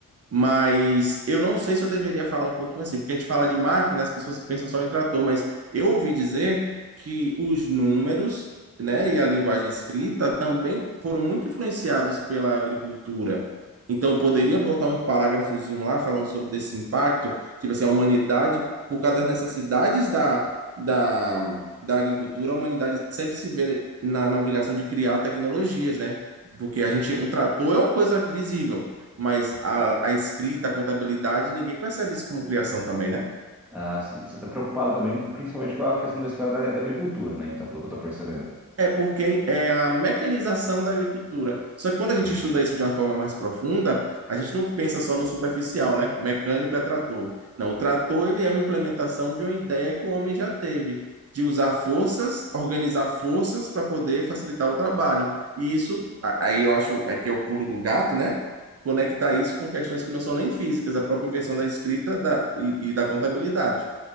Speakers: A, on the right (about 45°); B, in the centre.
A: Mas eu não sei se eu deveria falar um pouquinho assim, porque a gente fala de máquina, as pessoas pensam só em trator, mas eu ouvi dizer que os números, né, e a linguagem escrita também foram muito influenciados pela agricultura. Então, eu poderia botar um parágrafozinho lá falando sobre desse impacto, tipo assim, a humanidade, por causa das necessidades da, da, da agricultura, a humanidade sempre se vê na, na obrigação de criar tecnologias, né? Porque a gente, um trator é uma coisa visível mas a, a escrita, a contabilidade, ninguém percebe isso como criação também, né?
B: ah, assim, você está preocupado também, principalmente com a questão da história da, da agricultura, né? Então, pelo que eu estou percebendo.
A: É porque é a mecanização da agricultura. Só que quando a gente
B: Hum,
A: estuda isso de uma forma mais profunda, a gente não pensa só no superficial, né? Mecânico é trator. Não, o trator ele é uma implementação de uma ideia que o homem já teve, de usar forças, organizar forças para poder facilitar o trabalho. E isso, a- aí eu acho é que é o pulo do gato, né? Conectar isso com questões que não são nem físicas, a própria invenção da escrita da- e e da contabilidade.